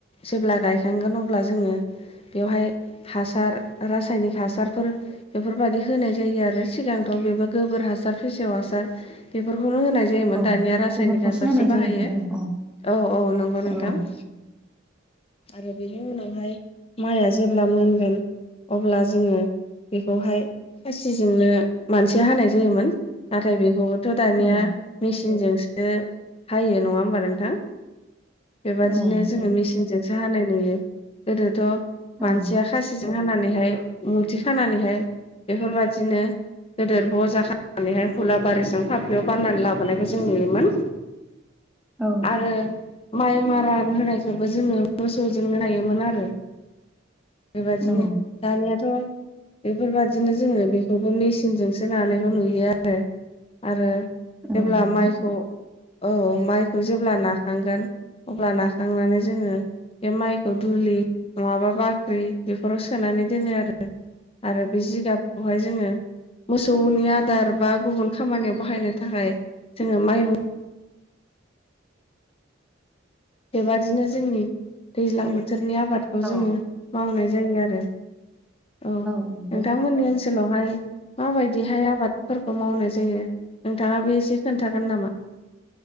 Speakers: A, on the left; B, in the centre.
A: जेब्ला गायखांगोन अब्ला जोङो बेवहाय हासार रासायनिक हासारफोर बेफोरबादि होनाय जायो आरो सिगांथ' बेबो गोबोर हासार फेसेव हासार बेफोरखौनो होनाय जायोमोन
B: औ
A: दानिया रासायनिक
B: बेफोरखौसो
A: हासारसो
B: होनाय जायोमोन
A: बाहायो औ औ नंगौ नोंथां।
B: औ <inaudible>
A: आरो बेनि उनावहाय माइया जेब्ला मोनगोन अब्ला जोङो बेखौहाय फासिजोंनो मानसिया हानाय जायोमोन नाथाय बेखौ थ' दानिया
B: औ
A: मेचिनजोंसो हायो नङा होमबा नोंथां? बेबादिनो
B: औ नंगौ
A: जोङो मेचिनजोंसो हानाय नुयो गोदोथ'
B: औ
A: मानसिया खासि जों हानानैहाय मुथि खानानैहाय बेफोरबादिनो गदोर ब'जा खालामनानैहाय हुलाबारिजों फफ्लियाव बाननानै लाबोनायखौ जों नुयोमोन
B: औ
A: आरो माइ मारान होनायखौबो जोङो मोसौजोंनो नायोमोन आरो। बेबायदिनो
B: औ
A: दानियाथ' बेफोरबदिनो जोङो बेखौबो मेसिनजोंसो नानायखौ नुयो आरो आरो
B: औ
A: जेब्ला
B: नंगौ
A: माइखौ ओ माइखौ जेब्ला नाखांगोन अब्ला नाखांनानै जोङो बे माइखौ दुलि नङाबा बाख्रि बेफोराव सोनानै दोनो आरो। आरो बे जिगाबखौहाय जोङो मोसौनि आदार बा गुबुन खामानियाव बाहायनो थाखाय जोङो माइ हुं बेबादिनो जोंनि दैज्लां बोथोरनि आबादखौ
B: औ
A: जोङो
B: औ
A: मावनाय जायो आरो। औ
B: नंगौ
A: नोंथांमोननि ओनसो ओनसोलावहाय माबायदिहाय आबादफोरखौ मावनाय जायो नोंथाङा बो एसे खोन्थागोन नामा?